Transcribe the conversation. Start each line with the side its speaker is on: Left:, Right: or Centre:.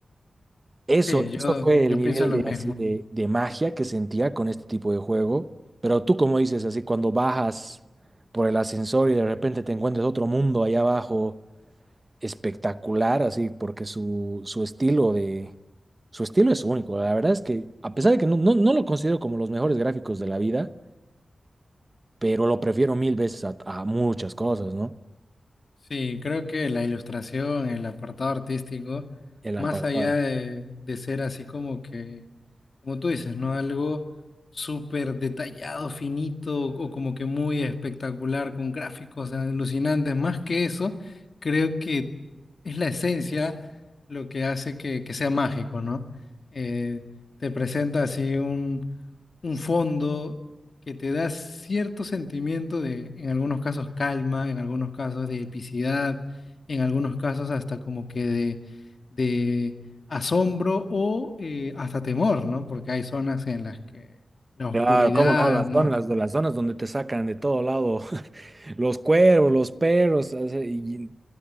Right: eso,
Left: Sí, yo,
Right: eso fue
Left: yo
Right: el nivel
Left: pienso lo
Right: de,
Left: mismo.
Right: así, de, de magia que sentía con este tipo de juego. Pero tú, como dices, así, cuando bajas por el ascensor y de repente te encuentras otro mundo allá abajo, espectacular, así, porque su, su estilo de... Su estilo es único, la verdad es que, a pesar de que no, no, no lo considero como los mejores gráficos de la vida, pero lo prefiero mil veces a, a muchas cosas, ¿no?
Left: Sí, creo que la ilustración, el apartado artístico,
Right: El
Left: más
Right: apartado.
Left: allá de, de ser así como que, como tú dices, ¿no? Algo súper detallado, finito o como que muy espectacular con gráficos alucinantes, más que eso, creo que es la esencia lo que hace que, que sea mágico, ¿no? Eh, te presenta así un, un fondo que te da cierto sentimiento de, en algunos casos, calma, en algunos casos de epicidad, en algunos casos hasta como que de, de asombro o eh, hasta temor, ¿no? Porque hay zonas en las que la oscuridad,
Right: Claro, cómo no, las
Left: ¿no?
Right: zonas, de las zonas donde te sacan de todo lado, <laughs> los cuervos, los perros, o sea, y